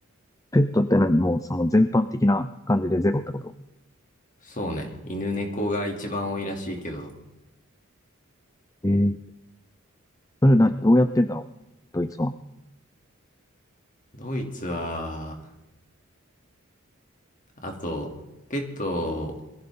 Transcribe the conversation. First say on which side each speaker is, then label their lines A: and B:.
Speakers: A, on the left; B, on the left.
A: ペットって何もうその全般的な感じでゼロってこと
B: そうね。犬猫が一番多いらしいけど、
A: ええー、それな、どうやってんだろうドイツは。
B: ドイツは、あと、ペット